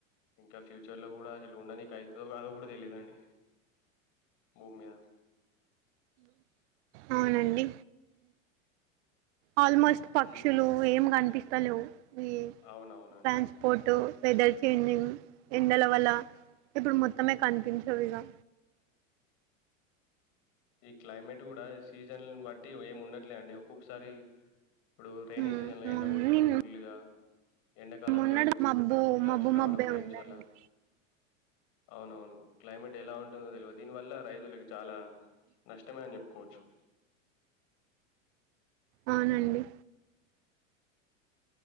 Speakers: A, on the left; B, on the right.
A: ఇంకా ఫ్యూచర్లో కూడా అసలు ఉండ నీకు అవుతుందో కాదో కూడా తెలీయదుండి భూమి మీద
B: అవునండి ఆల్మోస్ట్ పక్షులు
A: హ్మ్
B: ఏమి కనిపి హలో ఈ
A: అవునవునండి.
B: ట్రాన్స్పోర్టు వెదర్ చేంజింగ్ ఎండల వల్ల ఇప్పుడు మొత్తమే కనిపించదు ఇగా
A: ఈ క్లైమేట్ కూడా సీజన్ బట్టి ఏమి ఉండట్లే అండి ఒక్కొక్కసారి ఇప్పుడు రైైనీ
B: హ్మ్.
A: సీజన్ లో ఎండ
B: అవును.
A: కొట్టడం
B: నిన్
A: ఫుల్ గా ఎండాకాలంలో
B: మొన్నటిది మబ్బు
A: ఫ్లడ్స్
B: మబ్బు
A: రావడం
B: మబ్బే
A: రైంచాలా
B: ఉందండి.
A: అవునవును క్లైమేట్ ఎలా ఉంటందో తెలువదీ దీని వల్ల రైతు ల చాలా నష్టమే అని చెప్పుకోవచ్చు
B: అవునండి